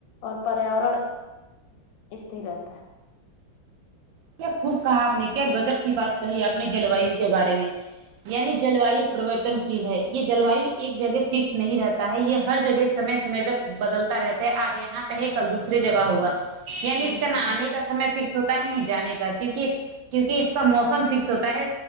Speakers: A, on the left; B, on the right.
A: اور پریواڑان استری رہتا ہے
B: کیا خوب کہا آپ نے کیا غضب کی بات کہی آپ نے جلوائیوں کے بارے میں یعنی جلوائی
A: بالکل
B: پرورت تمثیل ہے یہ جلوائی ایک جگہ فکس نہیں رہتا ہے یہ ہر جگہ سمے سمے پ بدلتا رہتا ہے آج یہاں پہ ہے کل دوسری جگہ ہوا یعنی اس
A: بالکل
B: کا نہ آنے کا سمے فکس ہوتا ہے ن جانے کا کیونکہ کیونکہ اس کا موسم فکس ہوتا ہے